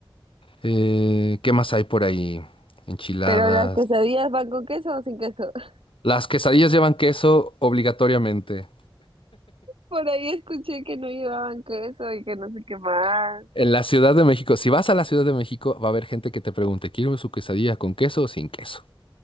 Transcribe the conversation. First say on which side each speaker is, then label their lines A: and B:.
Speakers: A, on the left; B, on the right.
A: Eh, ¿qué más hay por ahí? Enchiladas.
B: Pero las quesadillas van con queso o sin queso. <laughs>
A: Las quesadillas llevan queso obligatoriamente.
B: Por ahí escuché que no llevaban queso y que no sé qué más.
A: En la Ciudad de México, si vas a la Ciudad de México, va a haber gente que te pregunte, ¿quiero su quesadilla con queso o sin queso?